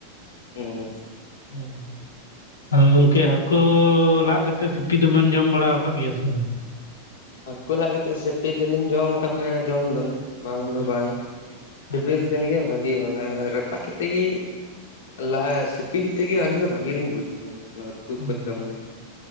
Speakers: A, on the left; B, on the left.
A: ᱦᱩᱸ
B: ᱦᱩᱸ ᱟᱫᱚ ᱜᱚᱝᱠᱮ ᱦᱟᱹᱠᱩ ᱞᱟᱫ ᱠᱟᱛᱮᱜ ᱥᱤᱯᱤ ᱫᱚᱵᱮᱱ ᱡᱚᱢ ᱵᱟᱲᱟᱣ ᱟᱠᱟᱫ ᱜᱮᱭᱟ ᱥᱮ ᱵᱟᱝ?
A: ᱦᱟᱹᱠᱩ ᱞᱟᱫ ᱠᱟᱛᱮᱫ ᱥᱤᱯᱤ ᱫᱚᱞᱤᱧ ᱡᱚᱢ ᱟᱠᱟᱫ ᱜᱮᱭᱟ ᱡᱚᱢ ᱫᱚ ᱾ ᱵᱟᱝ ᱫᱚ
B: ᱟᱪᱪᱷᱟ
A: ᱵᱟᱝ, ᱥᱤᱵᱮᱞ
B: ᱟᱪᱪᱷᱟ
A: ᱴᱷᱟᱱ ᱜᱮ ᱵᱷᱟᱹᱜᱤ ᱚᱱᱟ ᱨᱟᱯᱟᱜ ᱠᱟᱛᱮ ᱜᱮ ᱾ ᱞᱟᱦᱟ ᱥᱤᱯᱤ ᱠᱟᱛᱮ ᱜᱮ ᱟᱹᱞᱤᱧ ᱫᱚ ᱵᱷᱟᱜᱮ ᱞᱤᱧ ᱵᱩᱡᱽ ᱛᱟᱦᱮᱸᱱᱟ ᱱᱚᱭᱟ ᱫᱚ ᱾ ᱩᱛᱩ
B: ᱦᱩᱸ
A: ᱠᱷᱚᱡ ᱫᱚ ᱢᱟᱱᱮ